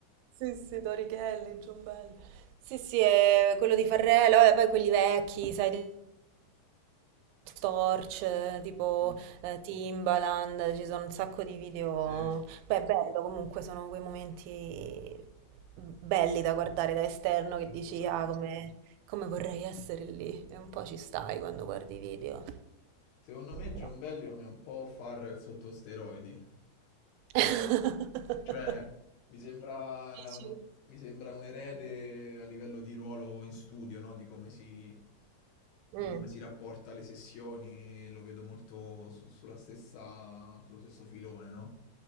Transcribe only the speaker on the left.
Mm,
Sì,
sì,
assolutamente.
Secondo me John
Bellion è un po' Farrell sotto steroidi.
Cioè, <laughs> mi sembra
un, mi sembra un erede a livello di ruolo in studio, no? Di come si, di
come si rapporta alle sessioni, lo vedo molto su- sulla stessa, sullo stesso filone, no?